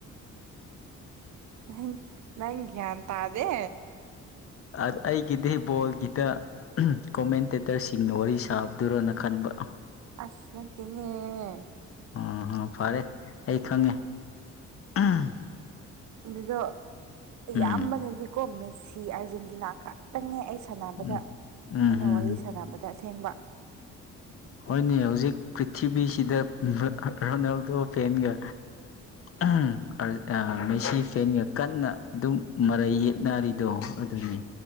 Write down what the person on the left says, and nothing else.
ꯑꯩꯒꯤꯗꯤ ꯕꯣꯜꯒꯤꯗ ꯑꯝ ꯀꯣꯃꯦꯟꯇꯦꯇꯔꯁꯤꯡꯅ ꯋꯥꯔꯤ ꯁꯥꯕꯗꯨꯔꯣꯅ ꯈꯟꯕ
ꯎꯝ ꯍꯨꯝ ꯐꯔꯦ ꯑꯩ ꯈꯪꯉꯦ ꯑꯝ
ꯎꯝ ꯎꯝ
ꯎꯝ
ꯎꯝ ꯎꯝ
ꯍꯣꯏꯅꯦ ꯍꯧꯖꯤꯛ ꯄ꯭ꯔꯤꯊꯤꯕꯤꯁꯤꯗ ꯔꯣꯅꯥꯜꯗꯣ ꯐꯚꯦꯟꯒ ꯑꯝ ꯃꯦꯁꯤ ꯐꯦꯟꯒ ꯀꯟꯅ ꯑꯗꯨꯝ ꯃꯔꯩ ꯌꯦꯠꯅꯔꯤꯗꯣ ꯑꯗꯨꯅꯦ